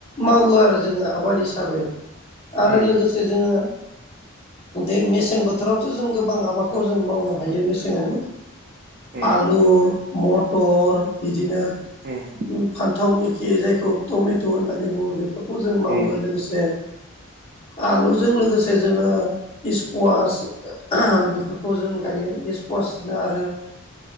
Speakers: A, on the left (about 25°); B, on the right (about 40°).
A: मावो आरो जोङो आबाद हिसाबै। आरो
B: उम
A: लोगोसे जोङो दे मेसें बोथोरावथो जों गोबां आबादखौ जों मावनो हायो मेसे जङावबो
B: उम
A: आलु मटर बिदिनो
B: उम।
A: फान्थाव मखि जायखौ टमेट' होननानै बुङो बेफोरखौ जों मावो
B: उम
A: लोगोसे आलुजों लोगोसे जोङो इसकुवास बेफोर खौ जों गायो इस्कुवाासनो आरो